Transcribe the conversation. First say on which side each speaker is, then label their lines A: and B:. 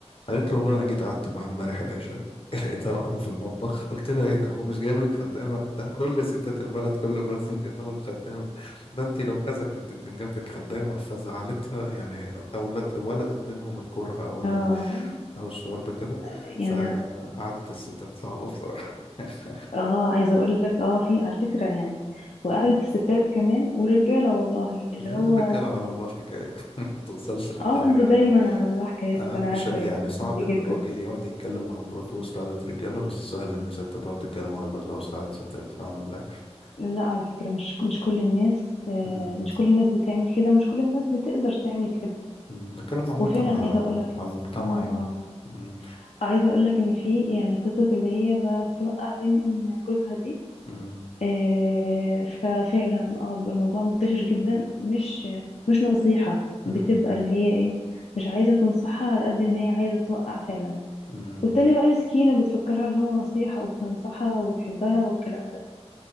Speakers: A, on the left; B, on the left.
A: قالت له والله انا جيت قعدت معاها امبارح العشاء <laughs> لقيتها واقفه في المطبخ قلت لها ايه ده هو مش جايب لك خدامه ده كل ستات البلد كل جوازهم جايبه لهم خدامه ده انت لو كذا كنت كان جاب لك خدامه فزعلتها يعني اولاد ولدت بينهم الكره او
B: اه
A: او الشوربه كده
B: يعني
A: فقعدت الستات صعبه بصراحه <laughs>
B: اه عايزة اقول لك اه في على فكرة يعني وقعدة الستات كمان والرجالة والله اللي
A: يا
B: هو
A: رجاله على الله الحكايه <laughs> ما توصلش للدرجه
B: اه انتوا
A: يعني
B: دايما على الله حكايتكم
A: آه
B: انا
A: مش
B: عارفة
A: يعني صعب
B: دي
A: ان
B: جدا
A: الراجل يقعد يتكلم على مراته وسط قعدة رجاله بس سهل ان ست تقعد تتكلم على جوزها وسط قعدة ستات فاهمه ازاي
B: لا على فكرة مش مش كل الناس آه
A: امم
B: مش كل الناس بتعمل كده ومش كل الناس بتقدر تعمل كده
A: أمم، نتكلم عامه
B: وفعلا
A: على
B: عايزة اقول لك
A: على المجتمع
B: اه
A: يعني امم
B: عايزة اقولك ان في يعني قصة اللي هي بقى توقع بين جوزها دي
A: امم
B: آه، ففعلا اه بيبقى الموضوع منتشر جدا مش مش نصيحة بتبقى
A: امم
B: اللي هي ايه مش عايزة تنصحها على قد ما هي عايزة توقع فعلا
A: امم
B: والتانية بقى مسكينة بتفكرها اللي هو نصيحة وبتنصحها وبتحبها والكلام ده